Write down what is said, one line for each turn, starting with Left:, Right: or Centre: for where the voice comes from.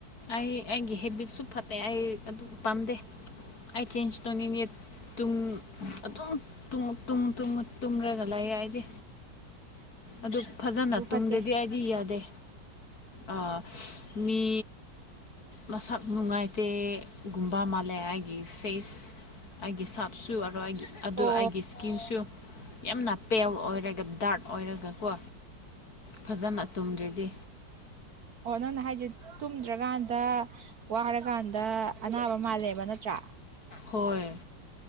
Left: ꯑꯩ ꯑꯩꯒꯤ ꯍꯦꯕꯤꯠꯁꯨ ꯐꯠꯇꯦ ꯑꯩ ꯑꯗꯨ ꯄꯥꯝꯗꯦ ꯑ ꯆꯦꯟꯁꯇꯣꯟ ꯅꯤꯌꯦ ꯇꯨꯝ ꯑꯗꯨꯝ ꯇꯨꯝ ꯇꯨꯝ ꯇꯨꯝꯔꯒ ꯂꯩꯌꯦ ꯑꯩꯗꯤ ꯑꯗꯨ ꯐꯖꯅ
Right: ꯑꯗꯨ
Left: ꯇꯨꯡꯗꯗꯤ
Right: ꯐꯠꯇꯦ
Left: ꯑꯩꯗꯤ ꯌꯥꯗꯦ ꯑ ꯃꯤ ꯃꯁꯛ ꯅꯨꯡꯉꯥꯏꯇꯦꯒꯨꯝꯕ ꯃꯥꯜꯂꯦ ꯑꯩꯒꯤ ꯐꯦꯁ ꯑꯩꯒꯤ ꯁꯥꯞꯁꯨ ꯑꯣ ꯑꯩꯒꯤ ꯑꯗꯨꯗ
Right: ꯑꯣ
Left: ꯑꯩꯒꯤ ꯏꯁꯀꯤꯡꯁꯨ ꯌꯥꯝꯅ ꯄꯦꯜ ꯑꯣꯏꯔꯒ ꯗꯥꯔꯛ ꯑꯣꯏꯔꯒꯀꯣ ꯐꯖꯅ ꯇꯨꯝꯗ꯭ꯔꯗꯤ
Right: ꯑꯣ ꯅꯪꯅ ꯍꯥꯏꯁꯦ ꯇꯨꯝꯗ꯭ꯔꯀꯥꯟꯗ ꯋꯥꯔꯀꯥꯟꯗ ꯑꯅꯥꯕ ꯃꯥꯜꯂꯦꯕ ꯅꯠꯇ꯭ꯔꯥ
Left: ꯍꯣꯏ